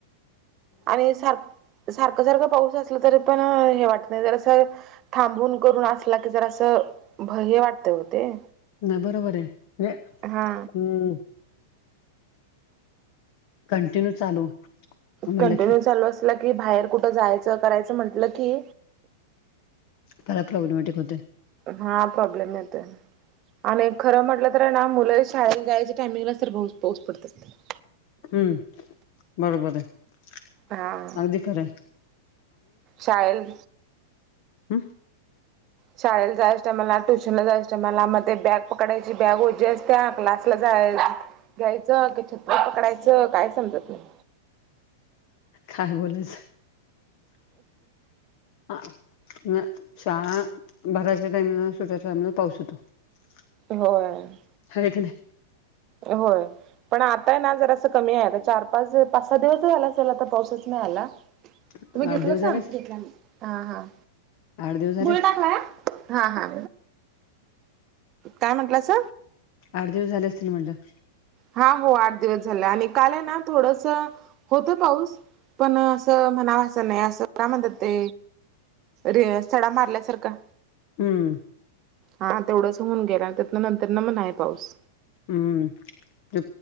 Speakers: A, on the right (about 35°); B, on the left (about 50°).
A: आणि सार सारखं सारखं पाऊस असल तरी पण हे वाटत नई जर असं थांबून करून असला की जर असं भय वाटतय ओ ते.
B: नाही बरोबर रे <unintelligible>
A: हा
B: हम्म. कंटिन्यू चालू. म्हटलं
A: कंटिन्यू
B: की
A: चालू असलं की, बाहेर कुठं जायचं करायचं म्हटलं की
B: फरा प्रॉब्लेमॅटिक होते.
A: हा प्रॉब्लेम येतोय आणि खर म्हटलं तर ना मुलं शाळेला जायच्या टायमिंगला तर <unintelligible> पाऊस पडत असतय.
B: हम्म बरोबर आहे
A: हा
B: अगदी खरं आहे
A: शाल
B: हम.
A: शाळेला जायचंय टायमाला. ट्युशनला जायचं टायमाला. मग ते बॅग पकडायची बॅग ओजी असत्या क्लासला जा घ्यायचं की छत्री पकडायच, काय समजत नई.
B: काय बोलाच. हा. म शाळा भराच्या टाईमला, सुट्याच्या टामला पाऊस येतो. <inaudible>
A: होय.
B: हय का नाई?
A: होय. पण आताय ना जर असं कमी आहेता चार पाच पाच सहा दिवस झाला चल तर पाऊसच नाही आला
B: नाही
A: तुम्ही घेतलं
B: आठ दिवस
A: स
B: झाले असतील
A: ह हा
B: आठ दिवस झाले
A: बुळी
B: असतील
A: टाकला या हा हा काय म्हटलं अस
B: आठ दिवस झाले असतील ना म्हंटलं
A: हा हो आठ दिवस झाला आणि काल आहे ना थोडस होतं पाऊस पण असं म्हणावा असं नाही असं काय म्हणतात ते रे सडा मारल्यासारखा.
B: हम्म.
A: हा तेवढच होऊन गेला त्यातन नंतर ना मण आहे पाऊस.
B: हम्म